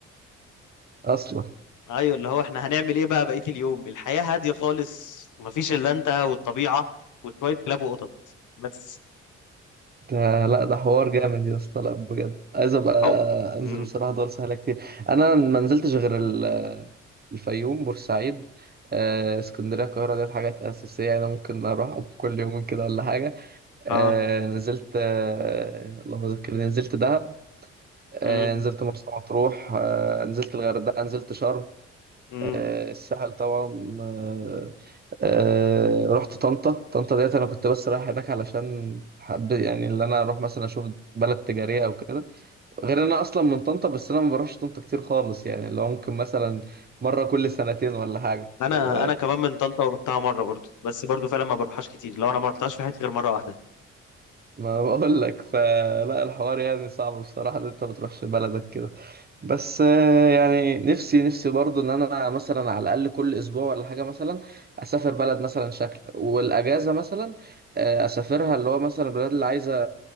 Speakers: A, on the right (about 25°); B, on the left (about 55°).
A: أصلا
B: ايوه اللي هو احنا هنعمل ايه بقى بقية اليوم الحياة هادية خالص مفيش الا انت والطبيعة وشوية كلاب وقطط بس
A: ده لا ده حوار جامد يا اسطى لا بجد عايز أبقى
B: أو...
A: أنزل
B: مم.
A: بصراحة دول سهلة كتير أنا ما نزلتش غير ال- الفيوم بورسعيد آه، اسكندرية القاهرة ديت حاجات أساسية أنا ممكن أروح كل يومين كده ولا حاجة آه
B: اه
A: نزلت آه اللهم ذكرني نزلت دهب آه
B: مم.
A: نزلت مرسى مطروح آه نزلت الغردقة نزلت شرم
B: مم.
A: آه الساحل طبعا آه آه رحت طنطا طنطا ديت أنا كنت بس رايح هناك علشان حب يعني اللي أنا أروح مثلا أشوف بلد تجارية أو كده غير إن أنا أصلا من طنطا بس أنا ما بروحش طنطا كتير خالص يعني اللي هو ممكن مثلا مرة كل سنتين ولا حاجة
B: انا
A: و
B: انا كمان من طنطا ورحتها مرة برضو بس برضو فعلا ما بروحهاش كتير لو انا ما رحتهاش في حياتي غير مرة واحدة
A: ما بقول لك فلا الحوار يعني صعب بصراحة إن أنت ما تروحش بلدك كده بس آه، يعني نفسي نفسي برضو ان انا مثلا على الاقل كل اسبوع ولا حاجه مثلا اسافر بلد مثلا شكل والاجازه مثلا آه، اسافرها اللي هو مثلا البلاد اللي عايزه